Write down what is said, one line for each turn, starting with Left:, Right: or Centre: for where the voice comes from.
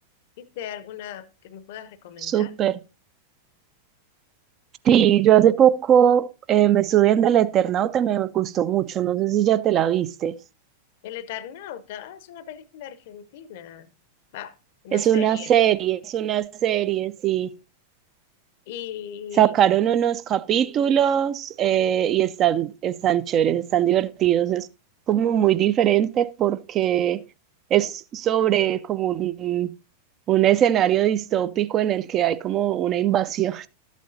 Left: ¿viste alguna que me puedas recomendar?
Right: súper. Sí, yo hace poco eh, me estuve viendo El Eternauta, me gustó mucho, no sé si ya te la viste.
Left: El Eternauta, ah, es una película argentina. Va, una
Right: Es
Left: serie.
Right: una serie, es una serie, sí.
Left: Y,
Right: Sacaron unos capítulos eh, y están, están chéveres, están divertidos. Es como muy diferente porque es sobre como un, un escenario distópico en el que hay como una invasión.